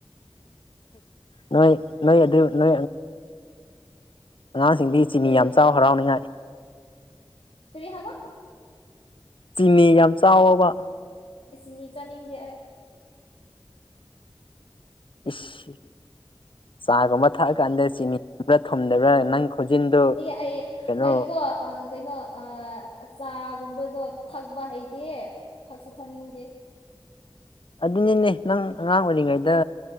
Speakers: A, on the left; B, on the left.
A: ꯅꯣꯏ ꯅꯣꯏ ꯑꯗꯨ ꯅ ꯑꯉꯥꯡꯁꯤꯡꯗꯤ ꯆꯤꯅꯤ
B: ꯀꯔꯤ
A: ꯌꯥꯝ ꯆꯥꯎ ꯍꯔꯥꯎꯅꯤꯉꯥꯏ
B: ꯀꯔꯤ ꯍꯥꯕ
A: ꯆꯤꯅꯤ ꯌꯥꯝ ꯆꯥꯎꯕ
B: ꯑꯁꯤꯅꯤ ꯆꯥꯅꯤꯡꯗꯦ ꯑꯩ
A: ꯑ <inaudible> <unintelligible> ꯆꯥꯒꯨꯝꯕ ꯊꯛꯑꯀꯥꯟꯗ ꯆꯤꯅꯤꯒꯨꯝꯕ꯭ꯔꯥ ꯊꯨꯝꯗꯕ꯭ꯔꯥ ꯅꯪ ꯈꯣꯟꯖꯤꯟꯗꯨ
B: ꯑꯩ ꯑꯩ
A: ꯀꯩꯅꯣ
B: ꯑꯩꯀꯣ ꯀꯩꯅꯣ ꯆꯥꯒꯨꯝꯕ ꯑꯗꯣ ꯊꯛꯄ ꯍꯩꯇꯦ ꯊꯛꯁꯨ ꯊꯛꯅꯤꯡꯗꯦ
A: ꯑꯗꯨꯅꯤꯅꯦ ꯅꯪ ꯑꯉꯥꯡ ꯑꯣꯏꯔꯤꯉꯩꯗ